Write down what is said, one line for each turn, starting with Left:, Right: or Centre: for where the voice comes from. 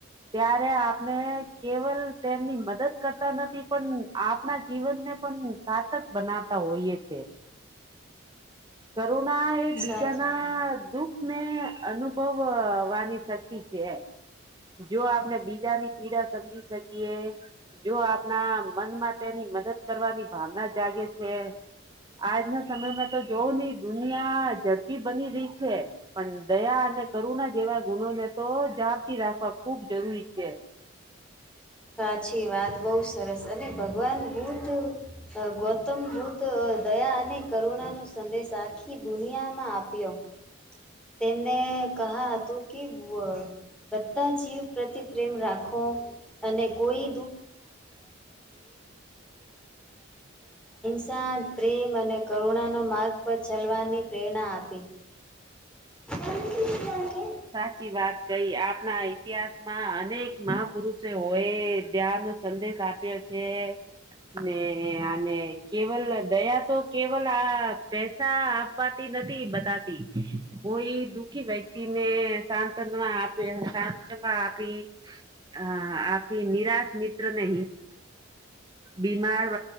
Right: ત્યારે આપને કેવલ તેમની મદદ કરતા નથી, પણ આપણા જીવનને પણ સારતક બનાવતા હોઈએ છે.
Centre: <inaudible>
Right: કરુણા એ
Centre: સાચી
Right: બીજાના
Centre: વાત
Right: દુઃખ ને અનુભવવાની શક્તિ છે. જો આપણે બીજાની પીડા સમજી શકીએ, જો આપણા મનમાં તેની મદદ કરવાની ભાવના જાગે છે. આજના સમયમાં તો જોવ હી દુનિયા ઝડપી બની રહી છે. પણ દયા અને કરુણા જેવા ગુણો ને તો જાપથી રાખવા ખુબ જરૂરી છે.
Centre: સાચી વાત બહુ સરસ અને ભગવાન, ભૂત ગૌતમ બુદ્ધ દયા અને નો સંદેશ આખી દુનિયામાં આપ્યો. તેમને કહા હતું કે બધા જીવ પ્રતિ પ્રેમ રાખો. અને કોઈ શાન પ્રેમ અને કરુણાનો માર્ગ પર ચલવાની પ્રેરણા આપી. <inaudible>
Right: સાચી વાત કઈ આપણા ઇતિહાસ માં અનેક મહાપુરુષો હોય ધ્યાન સંદેશ આપ્યો છે ને અને કેવલ દયા તો કે આ પેસા આપવાતી નથી બતાતી કોઈ દુઃખી વ્યક્તિ ને સાંત્વમાં આપે સાંતવમાં આપી. હ આપી નિરાશ મિત્ર ને બીમાર